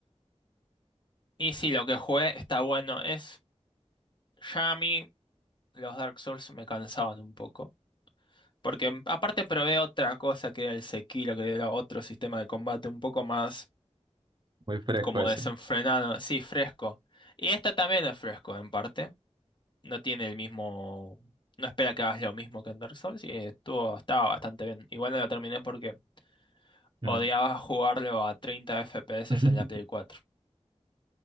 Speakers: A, on the left (about 45°); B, on the right (about 40°).
A: Y si lo que jugué está bueno, es. Ya a mí los Dark Souls me cansaban un poco. Porque mm, aparte probé otra cosa que era el Sekiro, que era otro sistema de combate un poco más
B: muy fresco
A: como
B: ese.
A: desenfrenado, sí, fresco. Y esta también es fresco en parte. no tiene el mismo. No espera que hagas lo mismo que en Dark Souls y estuvo, estaba bastante bien. Igual no lo terminé porque
B: Mm.
A: odiaba jugarlo a 30 FPS
B: <laughs>
A: en la Play 4.